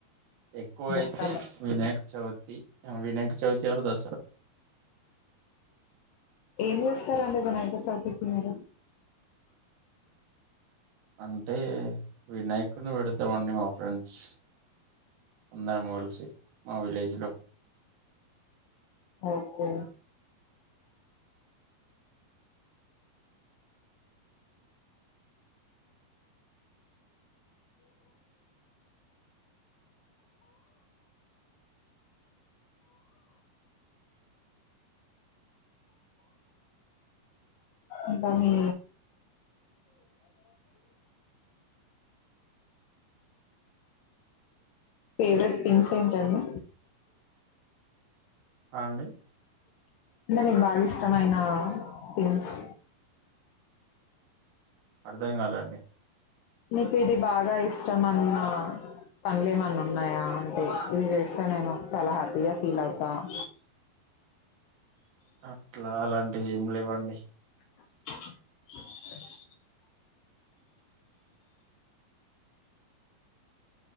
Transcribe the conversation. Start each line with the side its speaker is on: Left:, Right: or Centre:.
Right: ఎక్కువ
Left: చెప్తాను
Right: అయితే వినాయక చవితి వినాయక చవితి ఆర్ దసరా
Left: ఏమి చేస్తారండి వినాయక చవితి కి మీరు
Right: అంటే వినాయకుడిని పెడతామండి మా ఫ్రెండ్స్ అందరూ మోడల్సే మా విలేజ్ లో
Left: ఓకే ఇంకా మీ ఫేవరెట్ పిస్ ఏంటండి?
Right: ఆండీ
Left: అంటే మీకు బాగా ఇష్టమైన థిమ్స్
Right: అర్థం కాలండి
Left: మీకు ఇది బాగా ఇష్టం అన్న పనులు ఏమన్నా ఉన్నాయా అంటే ఇది చేస్తే నేమో చాలా హ్యాపీగా ఫీల్ అవుతా <inaudible>
Right: అట్లా అలాంటి ఏమి లేవండి
Left: <inaudible>